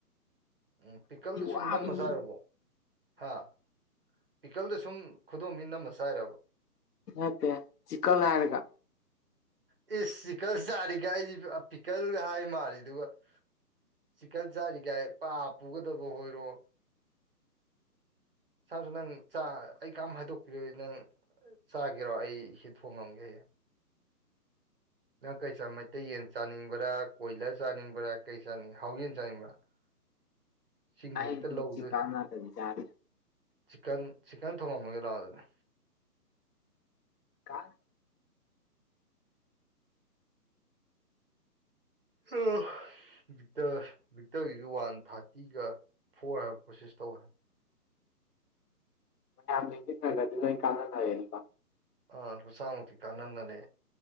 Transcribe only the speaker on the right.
ꯎꯝ ꯄꯤꯀꯜꯗ ꯁꯨꯝ
ꯅꯝꯃ ꯆꯥꯨꯔꯕꯣ ꯍꯥ ꯄꯤꯀꯜꯗ ꯁꯨꯝ ꯈꯨꯗꯣꯝ ꯕꯤꯅ ꯅꯝꯃ ꯆꯥꯏꯔꯕ
ꯏꯁ ꯆꯤꯛꯒꯥꯜ ꯆꯔꯤꯒꯥꯢꯅ ꯄꯤꯛꯒꯥꯜ ꯍꯥꯢ ꯃꯜꯂꯦ ꯗꯨꯒ ꯆꯤꯛꯀꯟ ꯆꯥꯔꯤꯒꯥꯏ ꯄꯥ ꯄꯨꯒꯗꯕ ꯑꯣꯏꯔꯣ ꯁꯥꯁꯨ ꯅꯪ ꯆꯥ ꯑꯩ ꯀꯝ ꯍꯥꯏꯗꯣꯛꯄꯤꯔꯣꯢ ꯅꯪ ꯆꯥꯒꯦꯔꯣ ꯑꯩ ꯍꯥ ꯊꯣꯡꯉꯝꯒꯦ ꯅꯪ ꯀꯔꯤ ꯆꯥ ꯃꯩꯇꯩ ꯌꯦꯟ ꯆꯥꯅꯤꯡꯕ꯭ꯔꯥ ꯀꯣꯏꯂꯔ ꯆꯥꯅꯤꯡꯕ꯭ꯔꯥ ꯀꯩ ꯆꯥꯅꯤꯡ ꯍꯥꯎ ꯌꯦꯟ ꯆꯥꯅꯤꯡꯕ꯭ꯔꯥ <unintelligible>
ꯍꯦꯛꯇ ꯂꯧꯗꯣꯏ
ꯆꯤꯛꯀꯟ ꯆꯤꯀꯟ ꯊꯣꯡꯉꯝꯃꯒꯦ ꯂꯥꯛꯑꯣ ꯑꯗꯨꯗꯤ
<inaudible> <inaudible>
ꯑ ꯂꯨꯄꯥ ꯆꯥꯝꯃꯨꯛꯇꯤ ꯀꯥꯟꯅꯔꯔꯦ